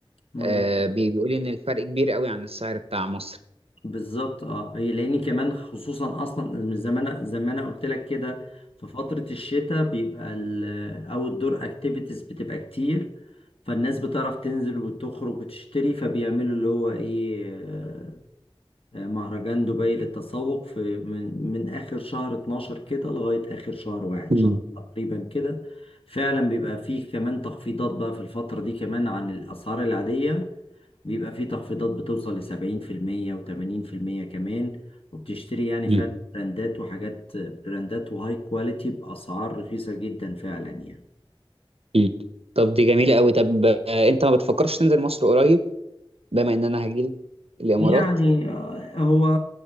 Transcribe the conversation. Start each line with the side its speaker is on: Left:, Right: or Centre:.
Left: مظبوط.
Right: آه بي- بيقول لي ان الفرق كبير قوي عن السعر بتاع مصر
Left: بالظبط اه هي لاني كمان خصوصا اصلا من زمان زي ما انا قلت لك كده في فترة الشتاء بيبقى الاوت دور اكتيفيتيز بتبقى كتير فالناس بتعرف تنزل وتخرج وتشتري فبيعملوا اللي هو ايه مهرجان دبي للتسوق في من من آخر شهر 12 كده لغاية آخر شهر واحد
Right: مم.
Left: شهر تقريبا كده فعلا بيبقى فيه كمان تخفيضات بقى في الفترة دي كمان عن الأسعار العادية بيبقى فيه تخفيضات بتوصل لسبعين في المية وتمانين في المية كمان وبتشتري يعني
Right: مم.
Left: فعلا براندات وحاجات براندات وهاي كواليتي بأسعار رخيصة جدا فعلا يعني
Right: مم. طب دي جميلة قوي طب آه انت ما بتفكرش تنزل مصر قريب بما ان انا هجيلك الامارات
Left: يعني آه، هو